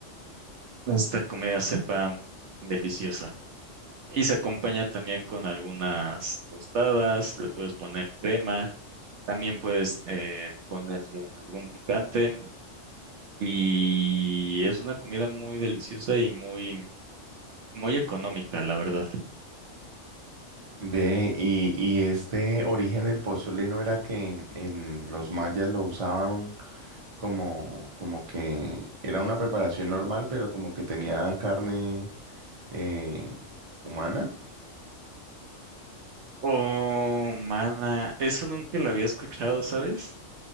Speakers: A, on the right; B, on the right.
A: esta comida sepa deliciosa. Y se acompaña también con algunas tostadas, le puedes poner crema También puedes eh, ponerle algún picante y es una comida muy deliciosa y muy, muy económica, la verdad.
B: Ve, y, y este origen del pozole no era que en los mayas lo usaban como, como que era una preparación normal, pero como que tenía carne eh, humana.
A: Oh, mana, eso nunca lo había escuchado, ¿sabes?